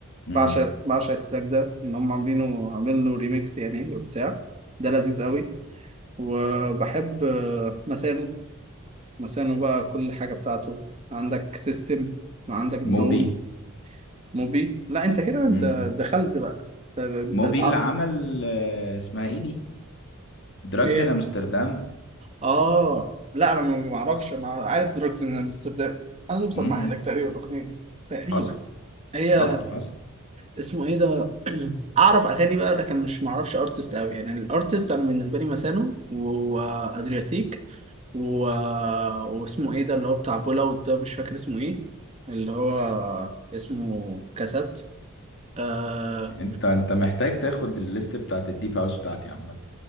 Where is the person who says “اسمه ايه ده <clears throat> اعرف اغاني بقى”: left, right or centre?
Right